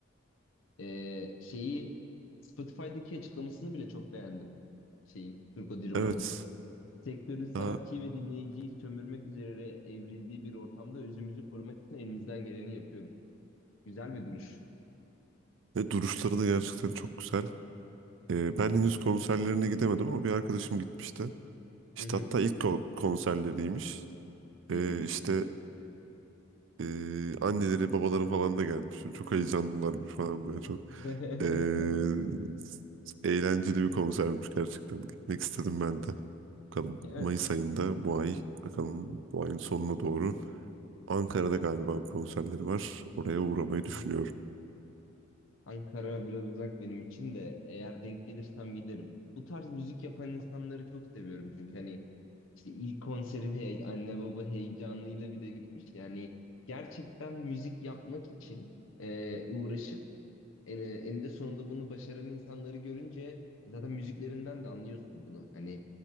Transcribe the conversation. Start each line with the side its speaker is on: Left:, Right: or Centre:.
Left: E, şeyi Spotify'daki açıklamasını bile çok beğendim. Şeyin, Turco Di Roma'nın.
Right: Evet
Left: Sektörün sanatçıyı
Right: daha,
Left: ve dinleyiciyi sömürmek üzere evrildiği bir ortamda özümüzü korumak için elimizden geleni yapıyoruz. Güzel bir duruş.
Right: ve duruşları da gerçekten çok güzel. Ee,
Left: Hı hı.
Right: ben henüz konserlerine gidemedim ama bir arkadaşım gitmişti. İşte
Left: Hı hı.
Right: hatta ilk ko- konserleriymiş.
Left: Hı
Right: Ee, işte Ee, anneleri babaları falan da gelmiş. Çok heyecanlılarmış falan böyle çok.
Left: hı.
Right: ee,
Left: <laughs>
Right: eğlenceli bir konsermiş gerçekten. Gitmek istedim ben de. Bakalım
Left: Evet.
Right: Mayıs ayında bu ay bakalım bu ayın sonuna doğru Ankara'da galiba konserleri var. Oraya uğramayı düşünüyorum.
Left: Hı. Ankara biraz uzak benim için de eğer denk gelirsem giderim. Bu tarz müzik yapan insanları çok seviyorum çünkü hani işte ilk konserim hey, anne baba heyecanıyla bir de gitmiş yani gerçekten müzik yapmak için e, uğraşıp en, eninde sonunda bunu başaran insanları görünce zaten müziklerinden de anlıyorsun bunu. Hani